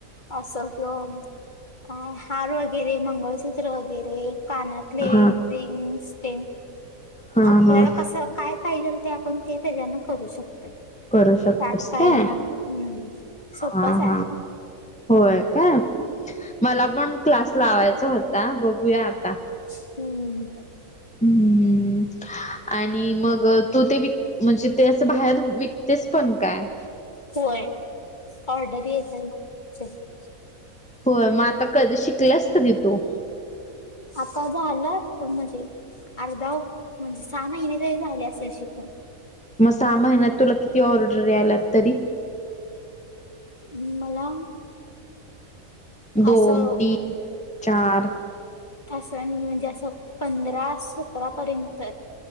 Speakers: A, on the left; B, in the centre.
A: अस काय हार वैगे वगैरे मंगळसूत्र वगैरे कानातले
B: हा
A: रिंग्स तेन
B: हा
A: आपल्याला
B: हा
A: कस काय पाहिजेल ते आपण ते त्याच्यान करू शकतो
B: करू शकतेस
A: तातकाणी
B: काय
A: हम् सोपच
B: हा
A: आहे
B: हा होय काय मला पण क्लास लावायचा होता बघूया आता
A: हम्म
B: हम्म् आणि मग तू ते विक म्हणजे ते असं बाहेर विकतेस पण काय?
A: होय ऑर्डरी यायचं <unintelligible>
B: हो मग आता कध शिकल्यास कधी तू?
A: आता झालं असतं आला म्हजे अर्धा म्हणजे सहा महिने तरी झाले असतील शिकून
B: मग सहा महिन्यात तुला किती ऑर्डरी आल्यात तरी?
A: हम्म मला
B: दोन
A: असं
B: तीन चार
A: असं नाही म्हणजे असं पंधरा सतरापर्यंत